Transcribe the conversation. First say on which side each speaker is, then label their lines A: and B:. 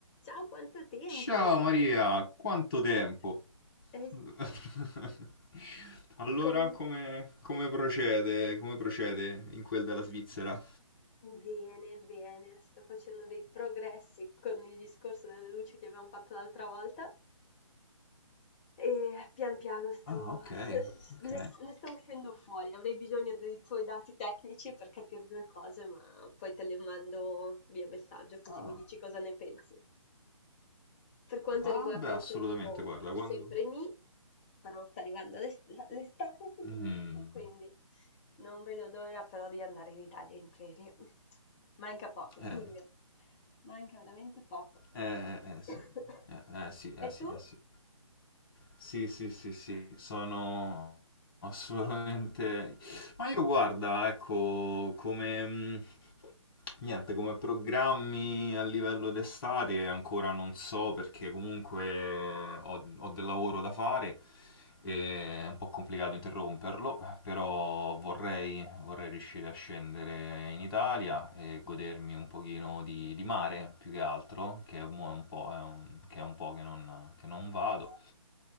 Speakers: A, on the left (about 20°); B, on the left (about 45°).
A: Ciao, quanto tempo!
B: Ciao Maria, quanto tempo?
A: Eh
B: <laughs>
A: sì.
B: Allora,
A: Comunque,
B: come, come procede? Come procede in quel della Svizzera?
A: bene, bene, sto facendo dei progressi con il discorso delle luci che abbiamo fatto l'altra volta. E pian piano sto,
B: Ah, ok,
A: <laughs>
B: ok.
A: ne, ne sto uscendo fuori. Avrei bisogno dei tuoi dati tecnici per capire due cose, ma poi te le mando via messaggio così
B: Ah,
A: mi dici cosa ne pensi. Per quanto
B: ah,
A: riguarda
B: beh,
A: il
B: assolutamente,
A: tempo,
B: guarda,
A: sempre
B: quando...
A: nì, però sta arrivando l'est- l'estate finalmente,
B: Mm.
A: quindi non vedo l'ora però di andare in Italia in ferie. Manca poco,
B: Eh,
A: giugno, manca veramente poco.
B: eh, eh, eh, sì.
A: <coughs>
B: Eh, eh, sì, eh,
A: E
B: sì,
A: tu?
B: eh, sì. Sì, sì, sì, sì, sono assolutamente... Ma io guarda, ecco, come... mm, Niente, come programmi a livello d'estate ancora non so perché comunque ho, ho del lavoro da fare e è un po' complicato interromperlo, però vorrei, vorrei riuscire a scendere in Italia e godermi un pochino di, di mare più che altro, che mo è un po', è un- che è un po' che non che non vado.
A: Eh, s-